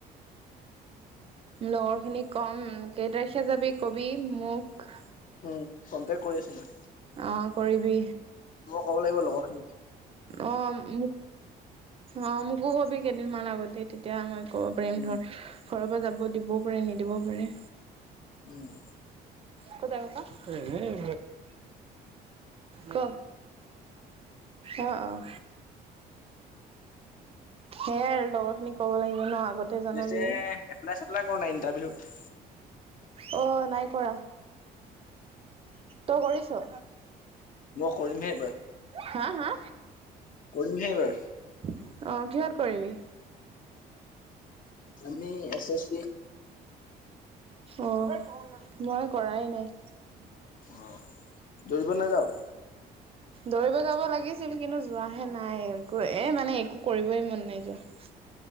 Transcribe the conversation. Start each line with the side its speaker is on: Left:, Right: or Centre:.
Right: লগৰখিনিক কম, কেই তাৰিখে যাবি কবি মোক।
Left: উম কম্পেয়াৰ কৰি আছ
Right: অ কৰিবি।
Left: মই ক'ব লাগিব লগৰ খিনিত
Right: অ মোক, অ মোকো কবি কেইদিনমান আগতে তেতিয়া মই ক'ব পাৰিম
Left: উম,
Right: ধৰ, ঘৰৰ পৰা যাব দিবও পাৰে নিদিবও পাৰে।
Left: উম।
Right: ক'ত যায় ককা? এনেই ক, অঁ, অঁ। সেইয়াই আৰু লগৰ খিনিক ক'ব লাগিব ন। আগতে জনাবি
Left: পিছে এপ্লাই-চেপ্লাই কৰা নাই ইণ্টাৰভিউত?
Right: অ নাই কৰা। তই কৰিছো?
Left: মই কৰিমহে এইবাৰ,
Right: হা হা
Left: কৰিমহে এইবাৰ।
Right: অ কিহত কৰিবি
Left: আমি এছ এছ চি।
Right: অঁ, মই কৰাই নাই।
Left: আহ, দৌৰিব নাযাও?
Right: দৌৰিব যাব লাগিছিল, কিন্তু যোৱাহে নাই একো এ মানে একো কৰিবই মন নাই যোৱা।